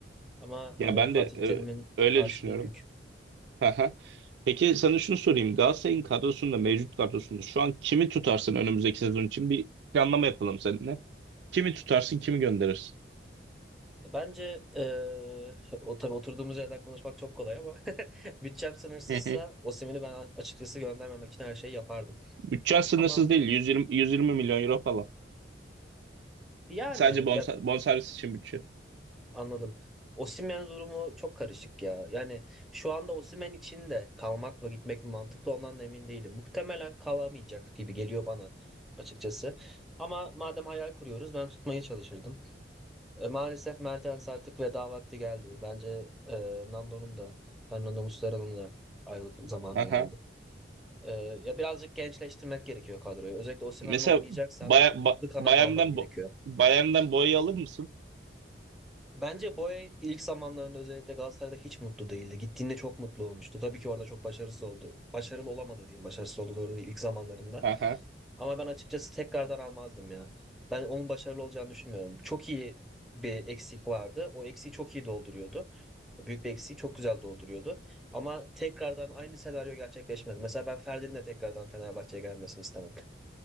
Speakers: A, in the centre; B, on the right.
A: Ama
B: Yani
A: hani
B: ben
A: Fatih
B: de
A: Terim'in
B: e, öyle
A: karşılığı
B: düşünüyorum.
A: büyük.
B: Haha. Peki sana şunu sorayım. Galatasaray'ın kadrosunda, mevcut kadrosunda şu an kimi tutarsın önümüzdeki sezon için? Bir planlama yapalım seninle. Kimi tutarsın, kimi gönderirsin?
A: E, Bence e, o tabii oturduğumuz yerden konuşmak çok kolay ama <laughs> bütçem sınırsızsa
B: Hı hı.
A: Osimhen'i ben açıkçası göndermemek için her şeyi yapardım.
B: Bütçen sınırsız
A: Ama
B: değil. 120, 120 milyon euro falan.
A: yani
B: Sadece bonser-
A: ya
B: bonservis için bütçe.
A: anladım. Osimhen durumu çok karışık ya. Yani şu anda Osimhen için de kalmak mı gitmek mi mantıklı ondan da emin değilim. Muhtemelen kalamayacak gibi geliyor bana açıkçası. Ama madem hayal kuruyoruz ben tutmaya çalışırdım. E, maalesef Mertens artık veda vakti geldi. Bence e, Nando'nun da Fernando Muslera'nın da ayrılık zamanı
B: Aha.
A: geldi. E, ya birazcık gençleştirmek gerekiyor kadroyu. Özellikle Osimhen'le
B: Mesela
A: oynayacaksan
B: Bay
A: hızlı
B: ba
A: kanat
B: Bayern'den
A: alman gerekiyor.
B: bo Bayern'den boya alır mısın?
A: Bence Boye ilk zamanlarında özellikle Galatasaray'da hiç mutlu değildi. Gittiğinde çok mutlu olmuştu. Tabii ki orada çok başarısız oldu. Başarılı olamadı diyeyim. Başarısız oldu doğru değil ilk zamanlarında.
B: Aha.
A: Ama ben açıkçası tekrardan almazdım ya. Ben onun başarılı olacağını düşünmüyorum. Çok iyi bir eksik vardı. O eksiği çok iyi dolduruyordu. Büyük bir eksiği çok güzel dolduruyordu. Ama tekrardan aynı senaryo gerçekleşmez. Mesela ben Ferdi'nin de tekrardan Fenerbahçe'ye gelmesini istemem.